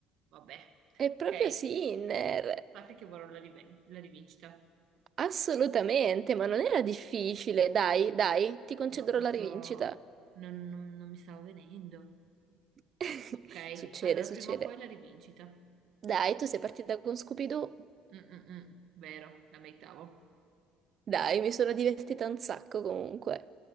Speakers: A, on the right; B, on the right.
A: Vabbè.
B: È proprio
A: Ok,
B: Sinner,
A: sappi che vorrò la, riven- la rivincita.
B: assolutamente, ma non era difficile. Dai, dai, ti concederò
A: No, proprio...
B: la rivincita.
A: Non, non- non mi stavo venendo.
B: <laughs>
A: Ok,
B: Succede,
A: allora
B: succede.
A: prima o poi la rivincita. Mm,
B: Dai, tu sei partita con Scooby-Doo.
A: mm, mm. Vero, la meritavo.
B: Dai, mi sono divertita un sacco comunque.